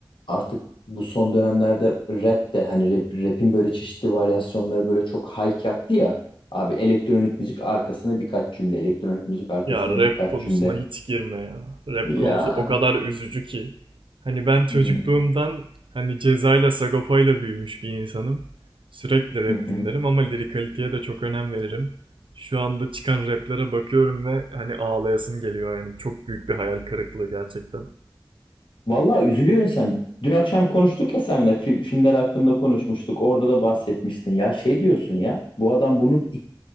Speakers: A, on the left; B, on the right.
A: artık bu son dönemlerde rap de hani rap, rap'in böyle çeşitli varyasyonları böyle çok hype yaptı ya. Abi elektronik müzik arkasına birkaç cümle, elektronik müzik arkasına
B: Ya rap
A: birkaç
B: konusuna
A: cümle.
B: hiç girme ya. Rap
A: Yani.
B: konusu o kadar üzücü ki. Hani ben çocukluğumdan
A: Hmm.
B: hani Ceza'yla Sagopa'yla büyümüş bir insanım. Sürekli rap
A: <laughs>
B: dinlerim ama lirikaliteye de çok önem veririm. Şu anda çıkan raplere bakıyorum ve hani ağlayasım geliyor yani. Çok büyük bir hayal kırıklığı gerçekten.
A: Vallahi üzülüyorsun sen. Dün akşam konuştuk ya seninle fil- filmler hakkında konuşmuştuk. Orada da bahsetmiştin. Ya şey diyorsun ya. Bu adam bunu ik-